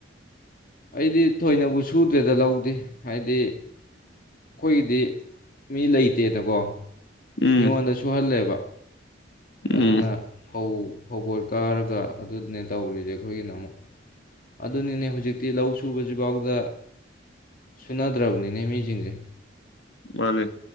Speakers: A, on the left; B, on the left.
A: ꯑꯩꯗꯤ ꯊꯣꯏꯅꯕꯨ ꯁꯨꯗ꯭ꯔꯦꯗ ꯂꯧꯗꯦ ꯍꯥꯏꯗꯤ ꯑꯩꯈꯣꯏꯒꯤꯗꯤ ꯃꯤ ꯂꯩꯇꯦꯗꯀꯣ
B: ꯎꯝ
A: ꯃꯤꯉꯣꯟꯗ ꯁꯨꯍꯜꯂꯦꯕ ꯑꯗꯨꯅ
B: ꯎꯝ
A: ꯐꯧ ꯐꯧꯕꯣ ꯀꯥꯔꯒ ꯑꯗꯨꯅꯦ ꯇꯧꯔꯤꯁꯦ ꯑꯩꯈꯣꯏꯒꯤꯅ ꯑꯃꯨꯛ ꯑꯗꯨꯅꯤꯅꯦ ꯍꯧꯖꯤꯛꯇꯤ ꯂꯧ ꯁꯨꯕꯁꯤꯐꯥꯎꯗ ꯁꯨꯅꯥꯗ꯭ꯔꯥꯎꯅꯤꯅꯦ ꯃꯤꯖꯤꯤꯡꯁꯦ
B: ꯃꯥꯅꯦꯦ